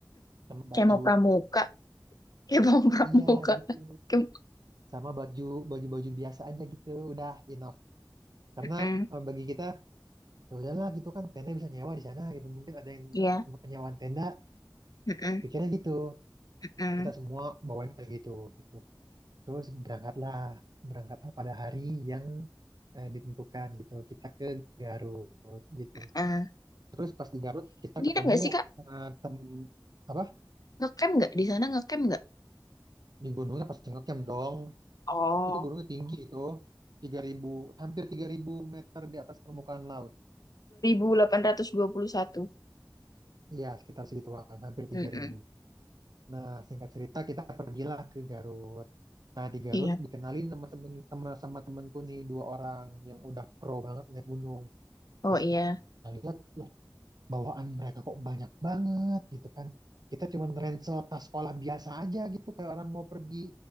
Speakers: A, on the right; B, on the left.
A: sama
B: Kayak
A: baju.
B: mau pramuka. Kayak mau pramuka.
A: Iya gitu.
B: Kayak...
A: Sama baju baju-baju biasa aja gitu. Udah enough. Karena
B: Mm-mm,
A: eh, bagi kita ya udahlah gitu kan tenda bisa nyewa di sana gitu. Mungkin ada yang
B: Iya.
A: tempat penyewaan tenda,
B: Mm-mm,
A: pikirnya gitu.
B: mm-mm,
A: Kita semua bawanya kayak gitu gitu. Terus berangkatlah, berangkatlah pada hari yang eh, ditentukan gitu. Kita ke Garut gitu.
B: mm-mm.
A: Terus pas di Garut kita
B: Nginep
A: ketemu
B: nggak sih, Kak?
A: eh, tem apa
B: Ngecamp nggak? Di sana ngecamp nggak?
A: di gunungnya pas ngecamp dong.
B: Oh,
A: Itu gunungnya tinggi itu tiga ribu hampir 3000 meter di atas permukaan laut.
B: 2821.
A: Iya, sekitar segituan, hampir tiga
B: Mm-mm.
A: ribu. Nah, singkat cerita kita pergilah ke Garut. Nah, di Garut
B: Iya.
A: dikenalin sama temen, sama, sama temenku nih dua orang yang udah pro banget naik gunung.
B: Oh
A: Pas
B: iya.
A: kita lihat, loh, bawaan mereka kok banyak banget gitu kan. Kita cuman ransel tas sekolah biasa aja gitu kayak orang mau pergi